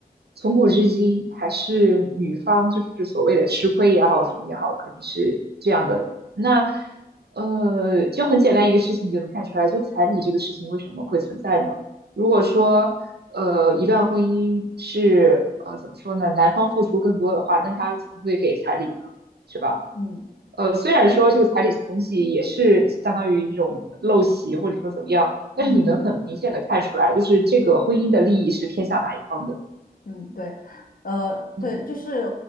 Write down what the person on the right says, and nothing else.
从古至今还是女方就是所谓的吃亏也好，什么也好，肯定是这样的。那呃，就很简单一个事情，你就能看出来，就彩礼这个事情为什么会存在呢？如果说呃一段婚姻是呃怎么说呢，男方付出更多的话，那他怎么会给彩礼呢？是吧？
呃，虽然说这个彩礼这个东西也是相当于一种陋习，或者说怎么样，
但是你能很明显的看出来，就是这个婚姻的利益是偏向哪一方的。
嗯